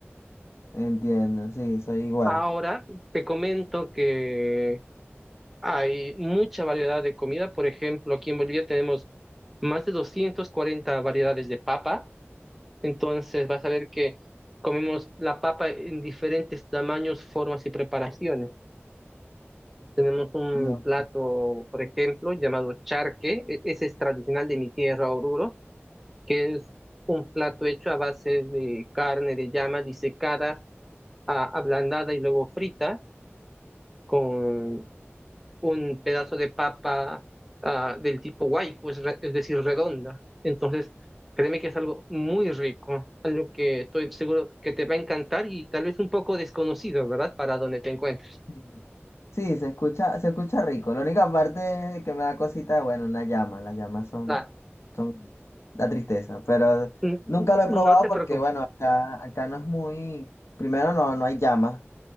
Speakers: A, on the left; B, in the centre.
A: Entiendo, sí, soy igual.
B: Ahora, te comento que hay mucha variedad de comida. Por ejemplo, aquí en Bolivia tenemos más de 240 variedades de papa Entonces vas a ver que comemos la papa en diferentes tamaños, formas y preparaciones. Tenemos un
A: Dios.
B: plato, por ejemplo, llamado charque. E- Ese es tradicional de mi tierra, Oruro, que es un plato hecho a base de carne de llama disecada, a- ablandada y luego frita con un pedazo de papa ah, del tipo waiku, es, re- es decir, redonda. Entonces, créeme que es algo muy rico, algo que estoy seguro que te va a encantar y tal vez un poco desconocido, ¿verdad? Para donde te encuentres.
A: Mm. Sí, se escucha, se escucha rico. La única parte que me da cosita es, bueno, una llama. Las llamas son,
B: Ah,
A: son, da tristeza. Pero
B: n-
A: nunca lo he
B: n-
A: probado
B: no te
A: porque,
B: preocupes.
A: bueno, acá, acá no es muy, primero no, no hay llamas.